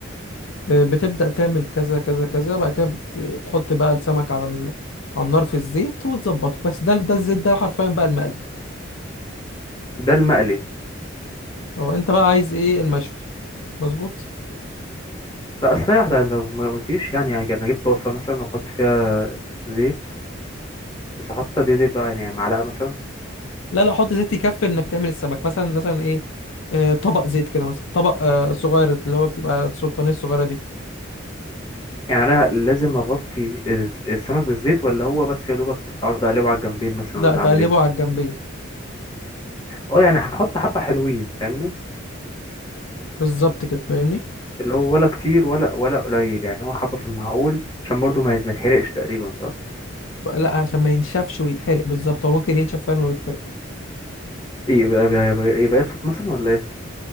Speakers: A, on the left; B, on the left.
A: آه، بتبدا تعمل كذا كذا كذا بعد كده بتحط بقى السمك على ال... على النار في الزيت وتظبطه بس ده ده الزيت ده حرفيا بقى المقلي
B: ده المقلي
A: اه انت بقى عايز ايه المشوي مظبوط
B: لا اصل هي واحدة لو ما قلتليش يعني انا جبت طاسة مثلا واحط فيها زيت بس احط قد ايه زيت بقى يعني معلقة مثلا
A: لا لا حط زيت يكفي انك تعمل السمك مثلا مثلا ايه آه، طبق زيت كده مثلا طبق آه، صغير اللي هو بتبقى السلطانيه الصغيره دي
B: يعني انا لازم اغطي الز- السمك بالزيت ولا هو بس يا دوبك اقعد اقلبه على الجنبين مثلا
A: لا
B: ولا
A: تقلبه
B: اعمل ايه
A: على الجنبيه
B: اه يعني هحط حبة حلوين فاهمني
A: بالظبط كده فاهمني
B: اللي هو ولا كتير ولا ولا قليل يعني هو حبة في المعقول عشان برضو ما ما يتحرقش تقريبا صح
A: لا عشان ما ينشفش ويتحرق بالظبط هو ممكن ينشف فعلا ويتحرق
B: ايه يبقى يبقى يبقى يبقى اسود مثلا ولا ايه